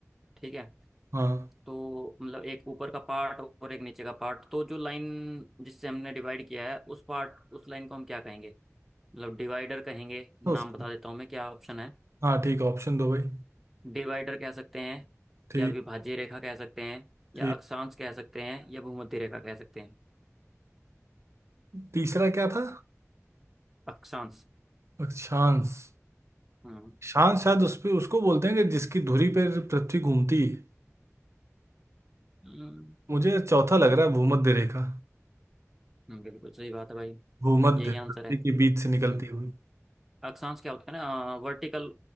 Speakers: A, in the centre; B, on the right.
A: ठीक है
B: हाँ
A: तो मतलब एक ऊपर का पार्ट और एक नीचे का पार्ट तो जो लाइन जिससे हमने डिवाइड किया है उस पार्ट उस लाइन को हम क्या कहेंगे मतलब डिवाइडर कहेंगे नाम
B: उसको
A: बता देता हूँ मैं क्या ऑप्शन है
B: हाँ ठीक ऑप्शन दो भाई
A: डिवाइडर कह सकते हैं
B: ठीक
A: या विभाज्य रेखा कह सकते हैं या
B: ठीक
A: अक्षांश कह सकते हैं या भूमध्य रेखा कह सकते हैं
B: तीसरा क्या था
A: अक्षांश
B: अक्षांश
A: हम्म
B: शांत शायद उस पे उसको बोलते हैं कि जिसकी धुरी पर पृथ्वी घूमती है
A: हम्म
B: मुझे चौथा लग रहा है भूमध्य रेखा
A: हम्म, बिल्कुल सही बात है भाई
B: भूमध्य
A: यही आंसर
B: पृथ्वी
A: है
B: के बीच से
A: हम्म
B: निकलती हुई
A: अक्षांश क्या होता है ना वर्टिकल